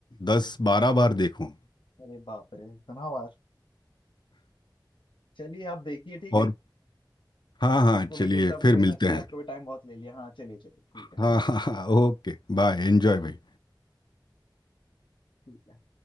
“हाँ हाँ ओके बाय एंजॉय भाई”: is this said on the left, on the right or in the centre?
Left